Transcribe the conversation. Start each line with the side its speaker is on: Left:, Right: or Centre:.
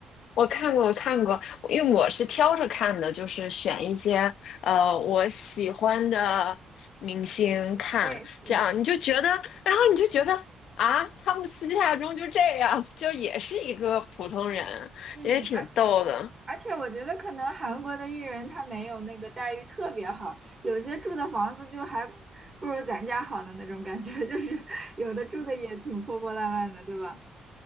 Left: 我看过，我看过，因为我是挑着看的，就是选一些呃我喜欢的明星看，
Right: 我也是。
Left: 这样你就觉得，然后你就觉得啊，他们私下中就这样，就也是一个普通人，
Right: 嗯。
Left: 也挺逗的。
Right: 而且我觉得可能韩国的艺人他没有那个待遇特别好，有些住的房子就还不如咱家好的那种感觉，<laughs> 就是有的住的也挺破破烂烂的，对吧？